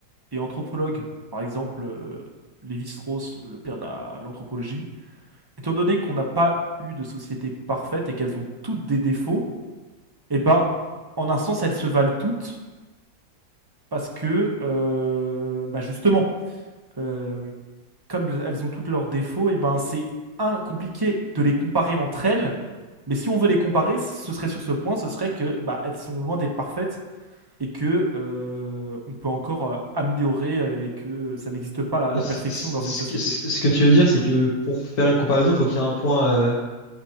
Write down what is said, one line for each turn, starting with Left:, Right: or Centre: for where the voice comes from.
Right: et anthropologues, par exemple euh, Lévi-Strauss, le père de la- l'anthropologie, étant donné qu'on n'a pas eu de société parfaite et qu'elles ont toutes des défauts, Eh ben, en un sens, elles se valent toutes parce que, euh, bah justement, euh, comme le- elles ont toutes leurs défauts, et ben, c'est un, compliqué de les comparer entre elles. Mais si on veut les comparer, ce serait sur ce point, ce serait que bah, elles sont loin d'être parfaites et que euh, on peut encore euh, améliorer euh, et que ça n'existe pas la,
Left: Ce
Right: la perfection
Left: ce-
Right: dans une société.
Left: que ce- ce que tu veux dire, c'est que pour faire une comparaison, il faut qu'il y ait un point, euh,